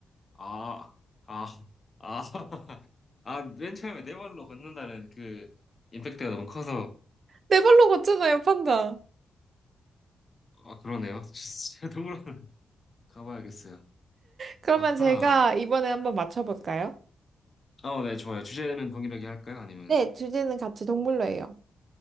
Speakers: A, on the left; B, on the right.
A: 아, 아, 아, <laughs> 아, 맨 처음에 네 발로 걷는다는 그 임팩트가 너무 커서,
B: 네 발로 걷잖아요, 판다.
A: 아, 그러네요. <laughs> 진짜 동물원 가봐야겠어요.
B: 그러면
A: 아하.
B: 제가 이번에 한번 맞춰볼까요?
A: 어, 네, 좋아요. 주제는 동일하게 할까요? 아니면,
B: 네, 주제는 같이 동물로 해요.